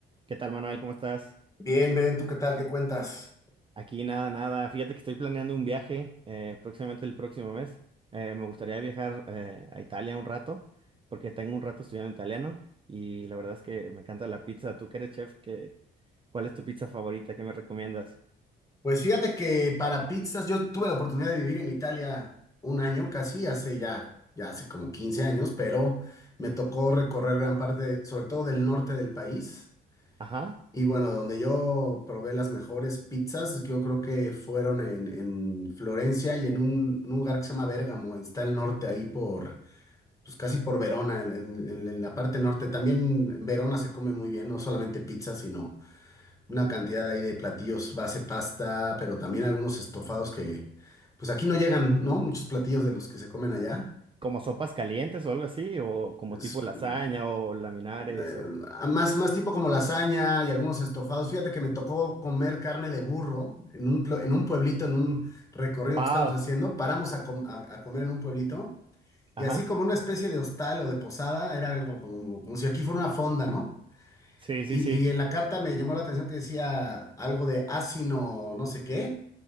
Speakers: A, on the right (about 25°); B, on the left (about 15°).
A: ¿Qué tal, Manuel? ¿Cómo estás?
B: Bien, Ben, ¿tú qué tal? ¿Qué cuentas?
A: Aquí nada, nada. Fíjate que estoy planeando un viaje eh, próximamente el próximo mes. Eh, me gustaría viajar eh, a Italia un rato, porque tengo un rato estudiando italiano y la verdad es que me encanta la pizza. Tú que eres chef, ¿qué- ¿cuál es tu pizza favorita? ¿Qué me recomiendas?
B: Pues fíjate que para pizzas yo tuve la oportunidad de vivir en Italia un año casi, hace ya, ya hace como 15 años, pero me tocó recorrer gran parte, sobre todo del norte del país.
A: Ajá.
B: Y bueno, donde yo probé las mejores pizzas, yo creo que fueron en, en Florencia y en un, en un lugar que se llama Bérgamo, está el norte ahí por, pues casi por Verona, en, en en la parte norte. También en Verona se come muy bien, no solamente pizza, sino una cantidad ahí de platillos base pasta, pero también algunos estofados que, pues aquí no llegan, ¿no? Muchos platillos de los que se comen allá.
A: ¿Como sopas calientes o algo así? ¿O como
B: Es,
A: tipo lasaña
B: mm,
A: o laminares?
B: eh,
A: O...
B: a más, más tipo como lasaña y algunos estofados. Fíjate que me tocó comer carne de burro en un, plo- en un pueblito, en un recorrido
A: ¡Wow!
B: que estamos haciendo. Paramos a, com- a a comer en un pueblito y
A: Ajá.
B: así como una especie de hostal o de posada, era algo como, como si aquí fuera una fonda, ¿no?
A: Sí, sí,
B: Y,
A: sí.
B: y en la carta me llamó la atención que decía algo de asino, no no sé qué.